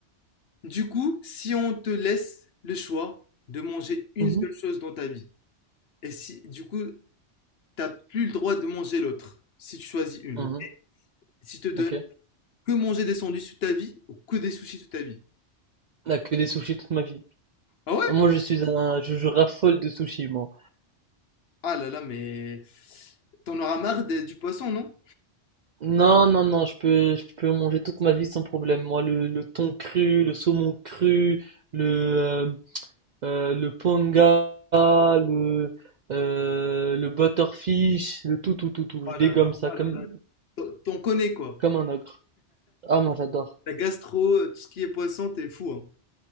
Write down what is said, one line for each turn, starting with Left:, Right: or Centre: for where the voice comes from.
Left: Du coup, si on te laisse le choix de manger une
Right: Mhm.
Left: seule chose dans ta vie, et si, du coup, t'as plus le droit de manger l'autre, si tu choisis une,
Right: Mhm,
Left: ok? Si je te donne
Right: ok.
Left: que manger des sandwichs toute ta vie, ou que des sushis toute ta vie.
Right: Ah, que des sushis toute ma vie.
Left: Ah ouais?
Right: Moi, je suis un, je, je raffole de sushis, moi.
Left: Ah là là, mais t'en auras marre des- du poisson, non?
Right: Non, non, non, je peux, je peux manger toute ma vie sans problème. Moi, le, le thon cru, le saumon cru, le, euh, euh, le panga, le, euh, le butterfish, le tout, tout, tout, tout.
Left: Oh
Right: Je dégomme
Left: là là,
Right: ça
Left: oh
Right: comme,
Left: là là, t'en t'en connais quoi.
Right: comme un ogre. Ah, moi j'adore.
Left: La gastro, euh, tout ce qui est poisson, t'es fou, hein.